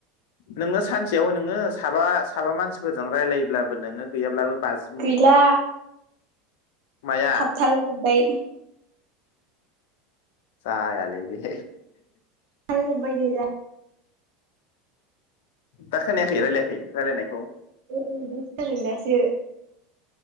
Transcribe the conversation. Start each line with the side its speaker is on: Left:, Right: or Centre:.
Left: नोङो सानसेयावह नोङो साबा साबा मानसिफोरजों रायलायोब्लाबो नोङो गैयाब्लाबो पास मिनिट
Right: गैला
Left: माया
Right: थाबथाला जोबबाय
Left: जायालै बे
Right: थाला जोबबाय गैला
Left: दा खोनायाखै रायलायाखै रायलायनायखौ
Right: ए दासो जादों दासो